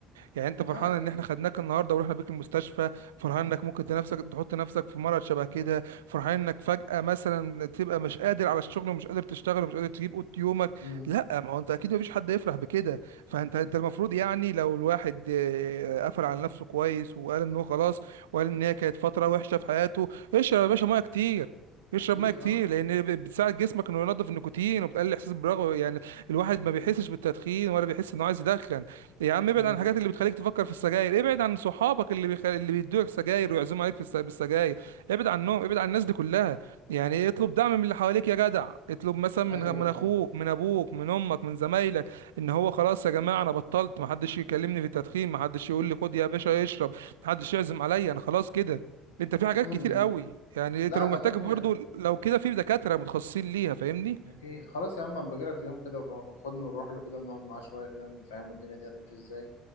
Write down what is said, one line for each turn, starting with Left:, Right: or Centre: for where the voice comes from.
Right: يعني انت فرحان
Left: لا اكيد
Right: ان احنا خدناك النهارده ورحنا بيك المستشفى فرحان انك ممكن تنفسك تحط نفسك في مرض شبه كده فرحان انك فجأة مثلا تبقى مش قادر على الشغل ومش قادر تشتغل ومش قادر تجيب قوت يومك
Left: امم
Right: لا ما هو انت اكيد مفيش حد يفرح بكده فانت انت المفروض يعني لو الواحد آه، قفل على نفسه كويس وقال ان هو خلاص وقال ان هي كانت فترة وحشة في حياته اشرب يا باشا ميه كتير اشرب
Left: اكيد
Right: ميه كتير
Left: اه
Right: لان ب- بتساعد جسمك انه ينظف النيكوتين وبتقلل الاحساس بالرغبه يعني الواحد ما بيحسش بالتدخين ولا بيحس انه عايز يدخن يا عم ابعد
Left: امم
Right: عن الحاجات اللي بتخليك تفكر في السجاير ابعد عن صحابك اللي بيخ... اللي بيدوك سجاير ويعزموا عليك في الس... بالسجاير ابعد عنهم ابعد عن الناس دي كلها يعني إيه اطلب دعم من اللي حواليك يا جدع اطلب مثلا من
Left: ايوه
Right: من
Left: ايوه
Right: اخوك من ابوك من امك من زمايلك ان هو خلاص يا جماعه انا بطلت محدش يكلمني في التدخين محدش يقول لي خد يا باشا اشرب محدش يعزم عليا انا خلاص كده انت في حاجات
Left: امم
Right: كتير قوي يعني
Left: لا
Right: انت لو
Left: كمان
Right: محتاج برضو
Left: يعني
Right: لو كده في دكاتره متخصصين ليها فاهمني
Left: أكيد خلاص يا عم أما بجيلك في يوم كده وخدني ونروح له كده ونقعد معاه شوية كده نفهمه الدنيا دي هتمشي إزاي